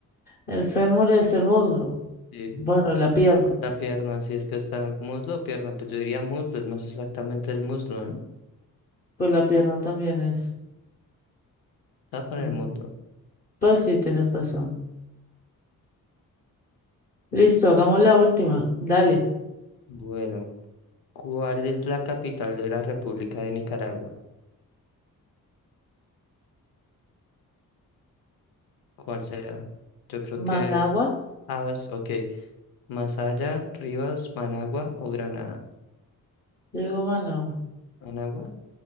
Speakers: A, on the left; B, on the left.
A: El fémur es el muslo.
B: Sí,
A: Bueno, la pierna.
B: la pierna, si es que está muslo o pierna, pues yo diría muslo, es más exactamente el muslo, ¿no?
A: Pues la pierna también es.
B: Está con el
A: Mm,
B: muslo.
A: Pues sí, tienes razón. Listo, hagamos la última. Dale.
B: Bueno, ¿cuál es la capital de la República de Nicaragua? ¿Cuál será? Yo creo que...
A: Managua.
B: Ah, es- ok. Masaya, Rivas, Managua o Granada.
A: Yo digo Managua.
B: Managua.